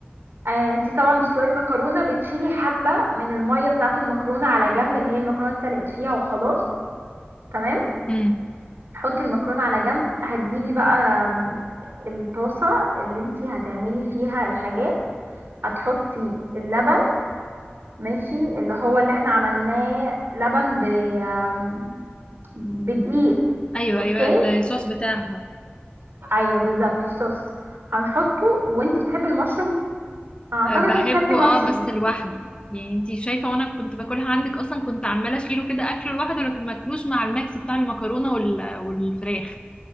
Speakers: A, on the right; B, on the left.
A: آه انتي طبعا بتسلقي المكرونه بتشيلي حبه من الميه بتاعه المكرونه على جنب اللي هي المكرونه اتسلقت فيها وخلاص تمام
B: امم
A: حطي المكرونه على جنب هتجيبي بقى آم، الطاسه اللي انتي هتعملي فيها الحاجات هتحطي اللبن ماشي اللي هو اللي احنا عملناه لبن ب آم، بدقيق
B: ايوه
A: اوكي
B: ايوه الصوص بتاعها
A: ايوه بالظبط الصوص هنحطه وانتي بتحبي المشروم اعتقد
B: أه، بحبه
A: انك كلتي مشروم
B: اه بس لوحده يعني انتي شايفة وانا كنت باكلها عندك اصلا كنت عمالة اشيله كده اكله لوحده لكن ماكلوش مع الميكس بتاع المكرونة وال... والفراخ